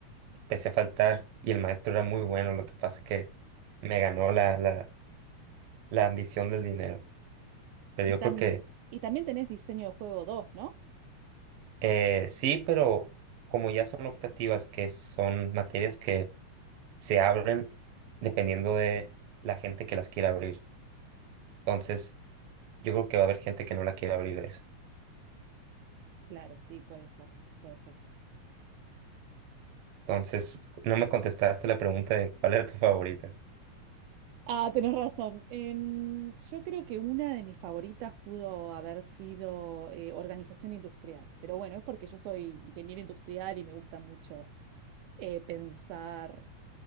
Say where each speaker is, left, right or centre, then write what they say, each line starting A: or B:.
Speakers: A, on the right; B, on the right.
A: empecé a faltar y el maestro era muy bueno, lo que pasa que me ganó la, la, la ambición del dinero. Pero
B: Y,
A: yo
B: tam-
A: creo que
B: y también tenés diseño de juego 2, ¿no?
A: Eh, sí, pero como ya son optativas, que son materias que se abren dependiendo de la gente que las quiera abrir. Entonces, yo creo que va a haber gente que no la quiera abrir eso.
B: Claro, sí, puede ser, puede ser.
A: Entonces, no me contestaste la pregunta de cuál era tu favorita.
B: Ah, tenés razón. Em, yo creo que una de mis favoritas pudo haber sido eh, organización industrial, pero bueno, es porque yo soy ingeniera industrial y me gusta mucho eh, pensar